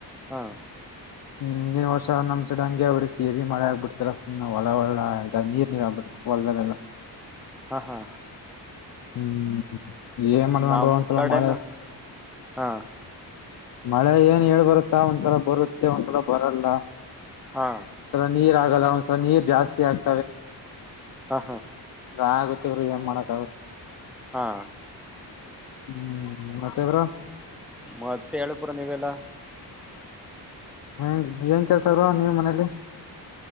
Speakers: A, in the centre; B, on the left (about 55°).
A: ಹಾ
B: ಹ್ಮ್ ನಿನ್ ವರ್ಷ ನಮ್ ಸಡ್ ಹಂಗಗೆ ಹೊಡಿ ಸೇವಿ ಮಳೆ ಆಗ್ಬಡ್ತಲ್ಲ ಸುಮ್ ಹೊ ಒಲ ಒಳ ಇದ ನೀರ್ ನೀರ ಆಗ್ಬಿಡ್ತ. ಒಲ್ದನಲ್ಲ
A: ಹಾ ಹಾ
B: ಹ್ಮ್ ಏ ಮನೆ ನ
A: ನಮ್
B: ಒನ್ಸಲ
A: ಕಡೆನು
B: ಮಾಡಳೆ
A: ಹಾ
B: ಮಳೆ ಏನ್ ಹೇಳ್ ಬರುತ್ತಾ ಒಂದ್ಸಲ ಬರುತ್ತೆ ಒಂದ್ಸಲ ಬರಲ್ಲ
A: ಹಾ
B: ಒಂದ್ಸಲ ನೀರ್ ಆಗಲ್ಲ ಒಂದ್ಸಲ ನೀರ್ ಜಾಸ್ತಿ ಆಗ್
A: ಹಾ ಹಾ
B: ಆಗುತ್ತವ್ರರು ಏನ್ ಮಾಡಕ ಆಗುತ್ತ
A: ಹಾ
B: ಹ್ಮ್ ಮತ್ತೆ ಬ್ರೋ
A: ಮತ್ತೆ ಹೇಳ ಪುರ ನೀವೆಲ್ಲಾ
B: ಹೆಂಗ ಕೆಲ್ಸ ಬ್ರೋ ನೀವ್ ಮನೇಲಿ